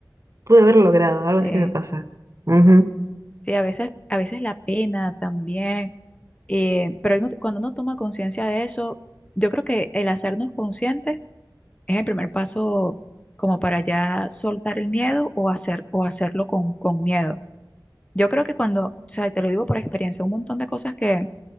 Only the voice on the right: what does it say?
pude haberlo logrado, algo
así me pasa. Ujú,